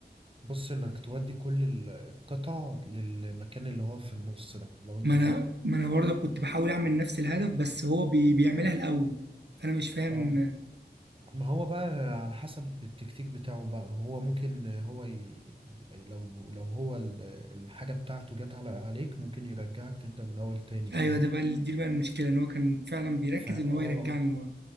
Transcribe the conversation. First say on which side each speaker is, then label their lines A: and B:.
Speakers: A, on the right; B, on the right.
A: بص انك تودي كل ال- القطع للمكان اللي هو في النص ده لو انت
B: ما انا
A: فاكره
B: ما انا برضه كنت بحاول اعمل نفس الهدف بس هو بي بيعملها الاول فانا مش فاهم
A: اه
B: آه،
A: ما هو بقى على حسب التكتيك بتاعه بقى هو ممكن هو ي... ي- لو لو هو ال- الحاجة بتاعته جت على عليك ممكن يرجعك تبدأ من الأول تاني فاهمني
B: ايوه ده بقى دي بقى المشكله ان هو كان فعلا بيركز
A: فا
B: ان
A: اه
B: هو يرجعني لورا